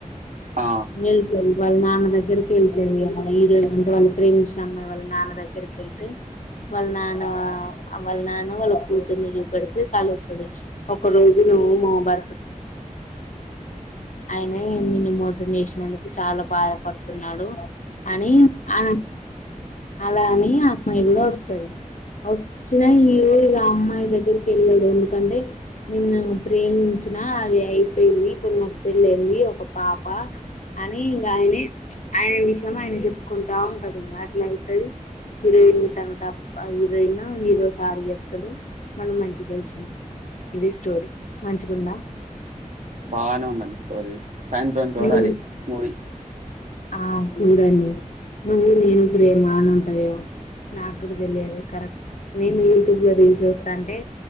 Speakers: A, on the right; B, on the left.
A: ఆ
B: మల్కల్ వాళ్ళ నాన్న దగ్గరికి వెళ్తుంది వాళ ఈరోళు అంటే వాళ్ళ ప్రేమ్ న అమ్మాయి వాళ్ళ నాన్న దగ్గరికి వెళ్తే వాళ్ళ నాన్న వాళ్ళ నాన్న వాళ్ళ కూతుర్ని చూపెడితే కాలు వస్తుంది ఒక రోజు మా బర్త్ ఆ స చేసినందుకు చాలా బాధపడుతున్నాడు అని అన అలా అని అమ్మాయిలు వస్తుంది వచ్చినా ఈ రోజు ఆ అమ్మాయి దగ్గరికి వెళ్ళాడు ఎందుకంటే నిన్న ప్రేమించ వచ్చిన అది అయిపోయింది ఇప్పుడు నా ఒక పెళ్ళింది ఒక పాప అని ఇంకా ఆయనే ఆయన విషయం ఆయన చెప్పుకుంటా ఉంటంది ఇం అట్లా అవుతుది హీరోయిన్ తన తప్ప హీరోయిన్ హీరో సారి చెప్తుడు మళ్ళం మంచిగా తెెలుచుకుంట ఇది స్టోరీ మంచిగాందా
A: బానే ఉందండి స్టోరీ సాయంత్రం చూడాలి
B: నేను
A: మూవీ
B: ఆ చూడండి నువ్వు నేను ప్రేమ అని ఉంటదేవో నాగ గుడ తె వెలిదు కరెక్ట్ నేను యూట్యూబ్ లో రీల్స్ వస్తా అంటే